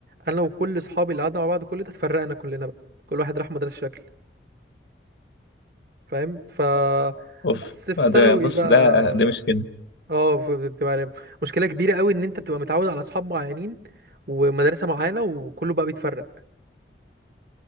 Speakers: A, on the right; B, on the left.
A: انا وكل اصحابي اللي قعدنا مع بعض كل ده اتفرقنا كلنا بقى كل واحد راح مدرسة شكل فاهم ف
B: اوف
A: بس في
B: ده
A: ثانوي
B: بص
A: بقى
B: ده ده مش كده
A: اه ف- بتبقى مشكلة كبيرة قوي ان انت بتبقى متعود على اصحاب معينين ومدرسة معينة وكله بقى بيتفرق